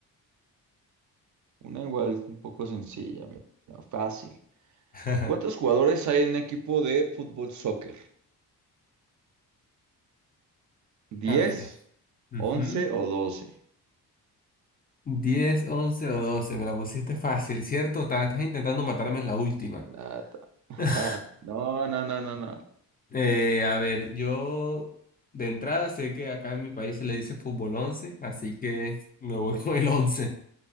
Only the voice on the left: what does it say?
<laughs>
A
ver. Ujú.
10, 11 o doce Me la pusiste fácil, ¿cierto? Estás, estás intentando matarme en la última.
<laughs>
Eh, a ver, yo de entrada sé que acá en mi país se le dice fútbol 11, así que me voy <laughs> con el 11.